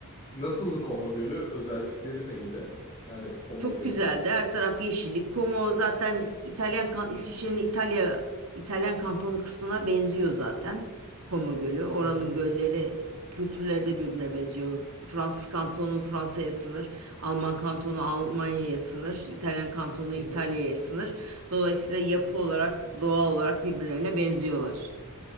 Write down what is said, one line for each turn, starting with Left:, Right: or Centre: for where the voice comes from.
Left: Nasıldı Koma Gölü? Özellikleri neydi? Yani Koma
Right: Çok
Left: Gölü'nün.
Right: güzeldi. Her taraf yeşillik. Como zaten İtalyan kan- İsviçre'nin İtalya İtalyan kantonu kısmına benziyor zaten. Como Gölü. Oranın
Left: Hı hı.
Right: gölleri, kültürleri de birbirine benziyor. Fransız kantonu Fransa'ya sınır, Alman kantonu Almanya'ya sınır, İtalyan kantonu
Left: Hı
Right: İtalya'ya
Left: hı.
Right: sınır. Dolayısıyla yapı
Left: Hı hı.
Right: olarak, doğa olarak birbirlerine benziyorlar.